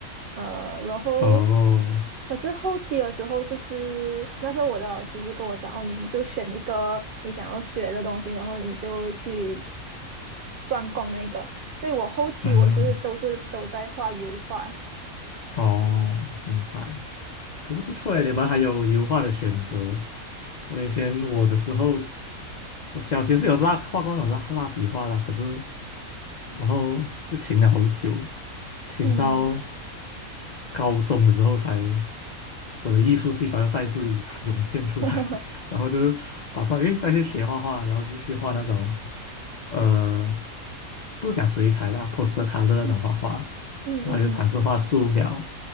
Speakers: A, on the right; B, on the left.
A: 呃，然后
B: 嗯，哦，
A: 可是后期的时候，就是那时候我的老师是跟我讲，哦，你就选一个你想要学的东西，然后你就去专攻那个。所以我后期我是都是都在画油画，
B: 嗯哦，明白。可是不错诶，你们还有油画的选择。我以前我的时候，我小学是有蜡画过那种蜡蜡笔画啦，可是然后就停了好久，停到
A: 嗯，
B: 高中的时候才我的艺术细胞又再次 <laughs> 涌现出来，
A: <laughs>
B: <laughs> 然后就打算诶再去学画画，然后就去画那种呃不是讲水彩啦，poster c o l o 那种画画。
A: 嗯嗯
B: 然后就尝试画素描，